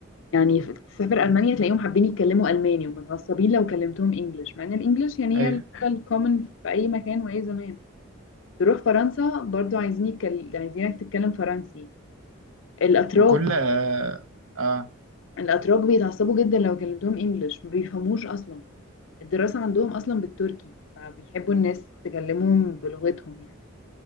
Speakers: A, on the left; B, on the right.
A: يعني ف- تسافر
B: مم.
A: ألمانيا تلاقيهم حابين يتكلموا ألماني ومتعصبين لو كلمتهم إنجلش مع إن الإنجلش يعني
B: ايوه
A: هي اللغة الكومن في أي مكان وأي زمان تروح فرنسا برضو عايزين يتكل... عايزينك تتكلم فرنسي الأتراك
B: ما كل اه آه.
A: الأتراك بيتعصبوا جدا لو كلمتهم إنجلش ما بيفهموش أصلا الدراسة عندهم أصلا بالتركي فبيحبوا الناس تكلمهم بلغتهم يعني